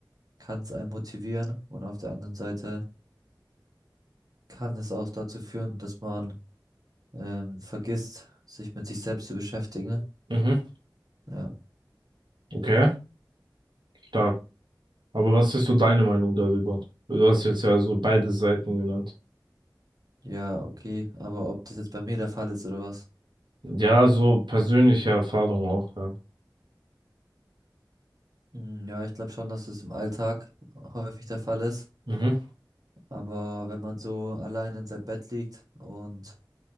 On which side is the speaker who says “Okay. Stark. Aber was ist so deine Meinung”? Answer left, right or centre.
Right